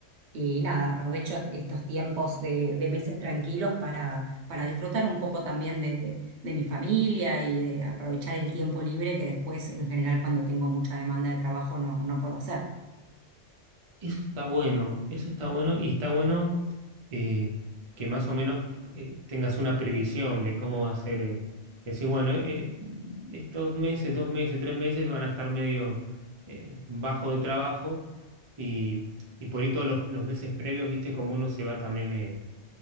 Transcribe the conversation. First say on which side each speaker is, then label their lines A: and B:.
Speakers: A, on the right; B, on the right.
A: y nada, aprovecho est- estos tiempos de, de meses tranquilos para, para disfrutar un poco también de, de mi familia y de aprovechar el tiempo libre que después en general cuando tengo mucha demanda de trabajo no, no puedo hacer.
B: Eso está bueno, eso está bueno y está bueno eh, que más o menos eh, tengas una previsión de cómo va a ser. eh, decir, bueno, eh, estos meses, dos meses, tres meses van a estar medio eh, bajo de trabajo y, y por ahí todos los, los meses previos, viste cómo uno se va también eh,